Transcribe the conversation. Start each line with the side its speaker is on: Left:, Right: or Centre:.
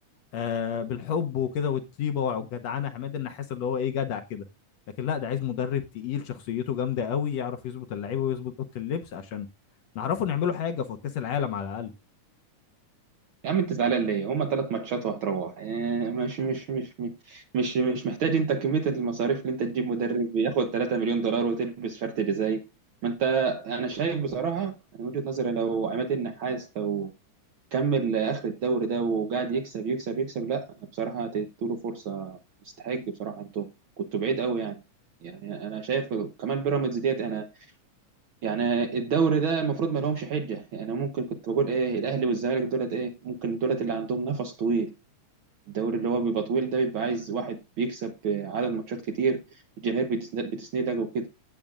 Left: آه بالحب وكده والطيبه والجدعنه عماد النحاس اللي هو ايه جدع كده لكن لا ده عايز مدرب تقيل شخصيته جامده قوي يعرف يظبط اللعيبه ويظبط اوضه اللبس عشان نعرفوا نعملوا حاجه في كاس العالم على الاقل
Right: يا عم انت زعلان ليه هما ثلاث ماتشات وهتروح اه مش مش مش مش مش مش محتاج انت كمية المصاريف اللي انت تجيب مدرب ياخد 3 مليون دولار وتلبس شرط جزائي ما انت انا شايف بصراحة انا من وجهة نظري لو عماد النحاس لو كمل اخر الدوري ده وقاعد يكسب يكسب يكسب لا بصراحة تديله فرصة يستحق بصراحة انتوا كنتوا بعيد قوي يعني يعني انا شايف كمان بيراميدز ديت انا يعني الدوري ده المفروض ما لهمش حجه يعني ممكن كنت بقول ايه الاهلي والزمالك دولت ايه ممكن دولت اللي عندهم نفس طويل الدوري اللي هو بيبقى طويل ده بيبقى عايز واحد بيكسب عدد ماتشات كتير الجماهير بتسن- بتسندك وكده